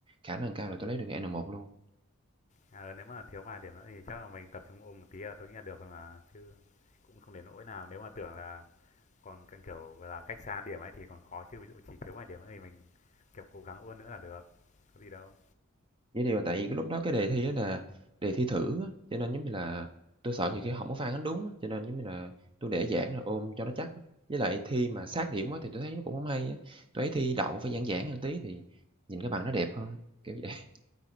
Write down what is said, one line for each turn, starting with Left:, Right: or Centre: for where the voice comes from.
Right: khả năng cao là tôi lấy được N1 luôn.
Left: Ờ, nếu mà thiếu vài điểm nữa thì chắc là mình tập trung ôm một tí là tôi nghĩ là được rồi mà. Chứ cũng không đến nỗi nào. Nếu mà tưởng là còn càng kiểu là cách xa điểm ấy thì còn khó. Chứ ví dụ chỉ thiếu vài điểm nữa thì mình kiểu cố gắng ôn nữa là được. Có gì đâu.
Right: Vậy thì là tại vì cái lúc đó cái đề thi đó là đề thi thử á, cho nên giống như là tôi sợ nhiều khi hổng có phản ánh đúng á, cho nên giống như là tôi để giãn rồi ôm cho nó chắc á. Với lại thi mà sát điểm quá thì tôi thấy nó cũng không hay á, tui thấy thi đậu phải giãn giãn hơn tí thì nhìn cái bằng nó đẹp hơn, kiểu vậy. <laughs>